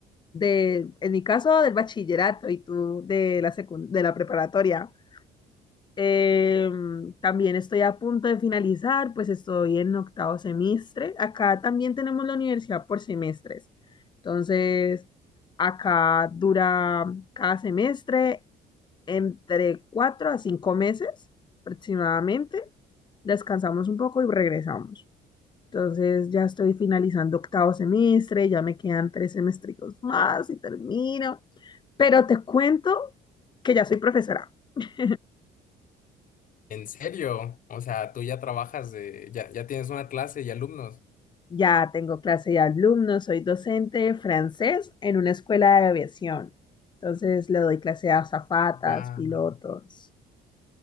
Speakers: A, on the left; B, on the left.
A: de, en mi caso, del bachillerato y tú de la secun- de la preparatoria. Em, también estoy a punto de finalizar, pues estoy en octavo semestre. Acá también tenemos la universidad por semestres. Entonces, acá dura cada semestre entre cuatro a cinco meses aproximadamente, descansamos un poco y regresamos. Entonces ya estoy finalizando octavo semestre, ya me quedan tres semestricos más y termino. Pero te cuento que ya soy profesora. <laughs>
B: ¿En serio? O sea, tú ya trabajas, de, ya, ya tienes una clase y alumnos.
A: Ya tengo clase de alumnos, soy docente de francés en una escuela de aviación. Entonces le doy clase a azafatas,
B: Wow,
A: pilotos.